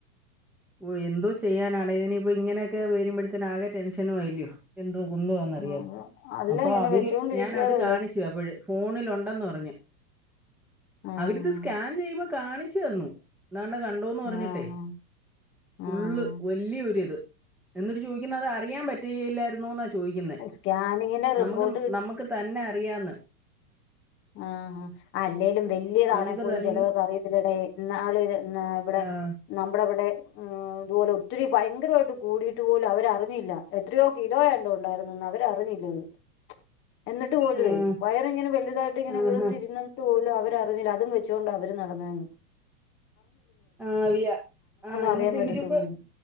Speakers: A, in the centre; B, on the left (about 25°).
A: ഓ എന്തോ ചെയ്യാനാണ് ഇതിനിയിപ്പോ ഇങ്ങനെയൊക്കെ വയരുമ്പോഴത്തേന് ആകെ ടെൻഷനും ആയില്ല്യോ എന്തോ എന്തുവാന്നറിയോ
B: ആഹ് അല്ല
A: അപ്പോ
B: ഇങ്ങനെ
A: അവര്
B: വെച്ചോണ്ടിരിക്കാതെ
A: ഞാനത് കാണിച്ചു അപ്പൊഴ് ഫോണിലൊണ്ടെന്ന് പറഞ്ഞ്
B: ആഹ്
A: അവരിത് സ്കാൻ ചെയ്യുമ്പോ കാണിച്ചു തന്നു ദാണ്ടെ കണ്ടോന്ന് പറഞ്ഞിട്ടെ
B: ആഹ്
A: ഫുള്ള്
B: ആഹ്
A: വല്ല്യ ഒരിത് എന്നിട്ട് ചോദിക്കുന്നത് അറിയാൻ പറ്റുകയില്ലായിരുന്നോന്നാ ചോയീക്കുന്നെ
B: സ്കാനിങ്ങിന്റെ
A: നമുക്ക്
B: റിപ്പോർട്ട്
A: നമുക്ക് തന്നെ അറിയാന്ന്
B: ആ ആ അല്ലേലും വെല്ല്യതാണെ
A: നമുക്ക്
B: പോലും
A: തൻ
B: ചെലവർക്ക് അറിയത്തില്ലടേ ന്നാള് ന്ന ഇവ്ടെ
A: ആഹ്
B: നമ്മുടെവിടെ ഇതുപോലെ ഒത്തിരി ഭയങ്കരവായിട്ട് കൂടിട്ട് പോലും അവരറിഞ്ഞില്ല എത്രയോ കിലോയാണ്ട് ഉണ്ടായിരുന്നെന്ന് അവരറിഞ്ഞി <unintelligible> എന്നിട്ട് പോലുവേ
A: ആഹ്
B: വയറിങ്ങെ വെലുതായിട്ട് ഇങ്ങനെ
A: ആഹ്
B: വീർത്തിര്ന്നി ട്ട് പോലും അവരറിഞ്ഞില്ല അതും വെച്ചോണ്ട് അവര് നടന്നൂന്ന്
A: ആ വിയ ആ
B: അറിയാൻ
A: ന്നിട്ട്
B: പറ്റത്തൊന്നുമില്ല
A: ഇവരിപ്പൊ